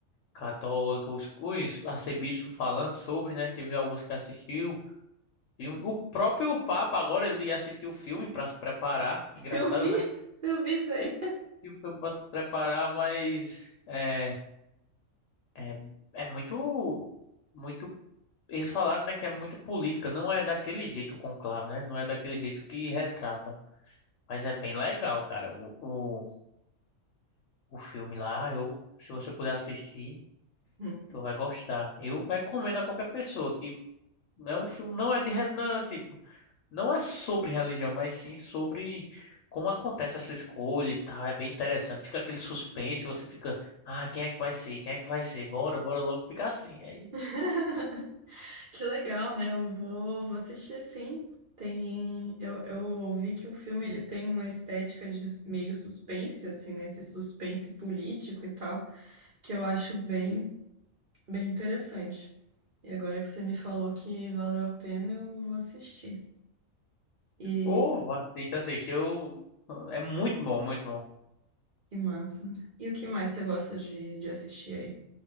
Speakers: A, on the left; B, on the right.
A: Católica, os, os arcebispos falando sobre, né? Teve alguns que assistiu. filme. O próprio Papa agora ele assistiu o filme pra se preparar. Engraçado,
B: Eu vi!
A: né?
B: Eu vi isso aí.
A: E o filme pra se preparar, mas é, é, é muito, muito. Eles falaram, né, que é muito política. Não é daquele jeito o conclave, né? Não é daquele jeito que retratam. Mas é bem legal, cara. O, o, o filme lá, eu, se você puder assistir,
B: Uhum.
A: tu vai gostar. Eu recomendo a qualquer pessoa que é um filme, não é de, reli- não é, tipo, Não é sobre religião, mas sim sobre como acontece essa escolha e tal. É bem interessante. Fica aquele suspense, você fica, ah, quem é que vai ser? Quem é que vai ser? Bora, bora logo ficar assim. Aí,
B: <laughs> Que legal, né? Eu vou, vou assistir sim. Tem, eu, eu ouvi que o filme ele tem uma estética de meio suspense, assim, né? Esse suspense político e tal, que eu acho bem, bem interessante. E agora que você me falou que valeu a pena, eu vou assistir. E
A: ô, assiste, assiste. Eu... É muito bom, muito bom.
B: que massa. E o que mais você gosta de, de assistir aí?